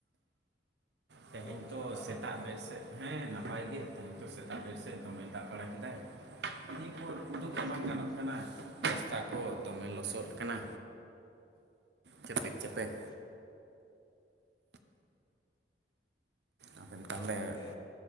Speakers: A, on the right; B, on the left.
A: ᱛᱮᱦᱮᱧ
B: ᱜᱚᱝᱠᱮ
A: ᱛᱚ
B: ᱱᱟᱯᱟᱭ
A: ᱥᱮᱛᱟᱜ
B: ᱵᱟᱲᱟ ᱜᱮᱛᱚ
A: ᱵᱮᱨ ᱥᱮᱫ ᱦᱮᱸ ᱱᱟᱯᱟᱭ ᱜᱮ ᱛᱮᱦᱮᱧ ᱛᱚ ᱥᱮᱛᱟᱜ ᱵᱮᱨ ᱥᱮᱫ ᱫᱚᱢᱮ ᱫᱟᱜ ᱵᱟᱲᱟ ᱠᱮᱫᱟᱭ, ᱠᱩᱞᱦᱤ ᱠᱷᱚᱡ
B: ᱚ
A: ᱩᱰᱩᱠ
B: ᱟᱪᱪᱷᱟ
A: ᱜᱮ ᱵᱟᱝ
B: ᱟᱪᱪᱷᱟ
A: ᱜᱟᱱᱚᱜ ᱠᱟᱱᱟ᱾ ᱨᱟᱥᱛᱟ ᱠᱚ ᱫᱚᱢᱮ ᱞᱚᱥᱚᱫ ᱠᱟᱱᱟ᱾ ᱪᱮᱯᱮᱠ
B: ᱟᱪᱪᱷᱟ ᱟᱪᱪᱷᱟ
A: ᱪᱮᱯᱮᱠ
B: ᱟᱪᱪᱷᱟ᱾
A: ᱟᱵᱮᱱ ᱛᱟᱦᱚᱞᱮ
B: ᱛᱚ ᱜᱚᱝᱠᱮ